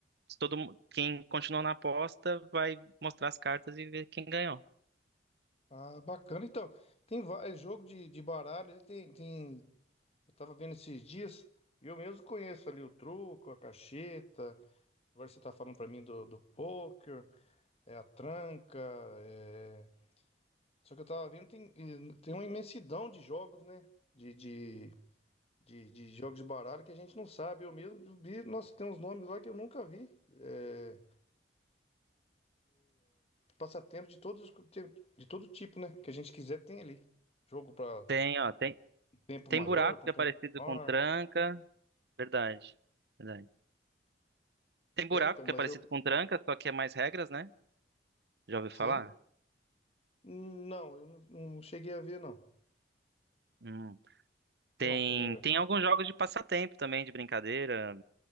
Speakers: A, on the right; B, on the left.
A: se todo mu- quem continuou na aposta vai mostrar as cartas e ver quem ganhou.
B: Ah, bacana. Então, tem va- é jogo de, de baralho, ele tem, tem. Eu tava vendo esses dias, e eu mesmo conheço ali o truco, a cacheta. Agora você tá falando pra mim do, do pôquer, é a tranca, é, Só que eu tava vendo, tem, tem uma imensidão de jogos, né? De, de, de, de jogos de baralho que a gente não sabe. Eu mesmo vi, nossa, tem uns nomes lá que eu nunca vi. É, passatempo de todos, os- de todo tipo, né? Que a gente quiser tem ali. Jogo pra
A: Tem, ó, tem,
B: um tempo
A: tem
B: maior,
A: buraco
B: pra
A: que
B: um
A: é
B: tempo
A: parecido
B: menor.
A: com tranca, verdade, verdade. Tem buraco
B: É, então,
A: que
B: mas
A: é parecido
B: eu,
A: com tranca, só que é mais regras, né? Já ouviu falar?
B: sim. Não, eu não, não cheguei a ver, não.
A: Hum. Tem,
B: Então, é,
A: tem alguns jogos de passatempo também, de brincadeira,